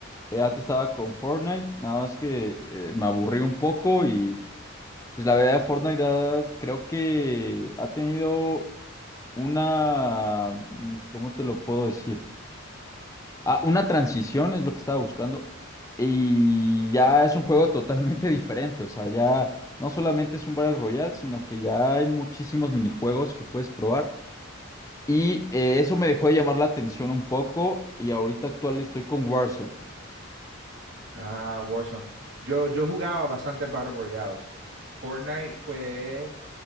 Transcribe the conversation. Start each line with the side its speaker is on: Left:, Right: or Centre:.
Left: Eh, antes estaba con Fortnite, nada más que eh, me aburrí un poco y pues la verdad Fortnite ha- creo que ha tenido una, mm, ¿cómo te lo puedo decir? Ah, una transición es lo que estaba buscando. Y ya es un juego totalmente <laughs> diferente. O sea, ya no solamente es un Battle Royale, sino que ya hay muchísimos minijuegos que puedes probar. Y eh, eso me dejó de llamar la atención un poco. Y ahorita actual estoy con Warzone.
Right: ah, Warzone. Yo, yo jugaba bastante Battle Royales. Fortnite fue